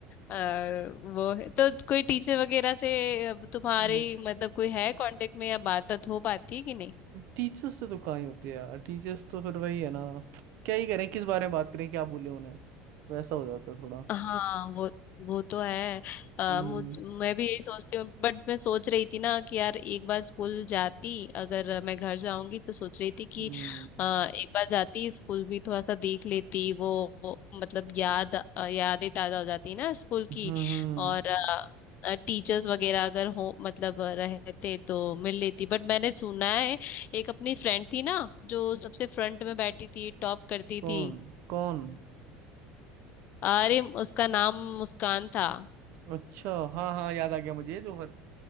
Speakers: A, on the left; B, on the right.
A: आ, वो है तो कोई टीचर वगैरह से अब तुम्हारी
B: <laughs>
A: मतलब कोई है कांटेक्ट में या बात हो पाती है कि नहीं
B: टीचर्स से तो कहाँ ही होती है यार टीचर्स तो फिर वही है ना क्या ही करें किस बारे में बात करें क्या बोले उन्हें वैसा हो जाता है थोड़ा
A: हाँ वो वो तो है आ,
B: हम्म
A: मुझ मैं भी यही सोचती हूँ बट मैं सोच रही थी ना कि यार एक बार स्कूल जाती अगर मैं घर जाऊंगी तो सोच रही थी कि
B: हम्म
A: अ, एक बार जाती स्कूल भी थोड़ा सा देख लेती वो, वो मतलब याद अ, यादें ताजा हो जाती ना स्कूल
B: हम्म,
A: की
B: हम्म।
A: और टीचर्स वगैरह अगर हो मतलब रहते तो मिल लेती बट मैंने सुना है एक अपनी फ्रेंड थी ना जो सबसे फ्रंट में बैठी थी टॉप करती थी
B: कौन कौन
A: अरे उसका नाम मुस्कान था
B: अच्छा हाँ हाँ याद आ गया मुझे जो हर